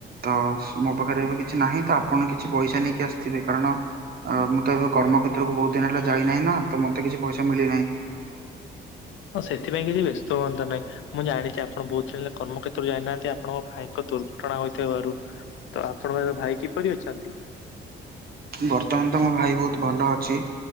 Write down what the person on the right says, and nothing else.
ତ ମୋ ପାଖରେ ଏବେ କିଛି ନାହିଁ ତ ଆପଣ କିଛି ପଇସା ନେଇକି ଆସିଥିବେ କାରଣ ଅ ମୁଁ ତ ଏବେ କର୍ମକ୍ଷେତ୍ରକୁ ବହୁତ ଦିନ ହେଲା ଯାଇନାହିଁ ନା ତ ମୋତେ କିଛି ପଇସା ମିଳିନାହିଁ। <inaudible>
ବର୍ତ୍ତମାନ ତ ମୋ ଭାଇ ବହୁତ ଭଲ ଅଛି